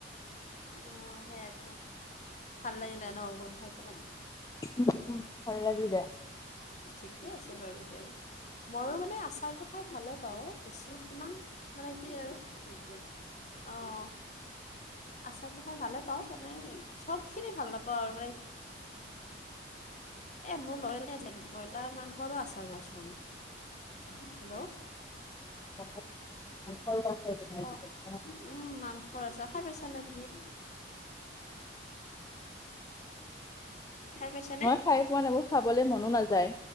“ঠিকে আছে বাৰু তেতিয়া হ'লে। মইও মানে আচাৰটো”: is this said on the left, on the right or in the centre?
Left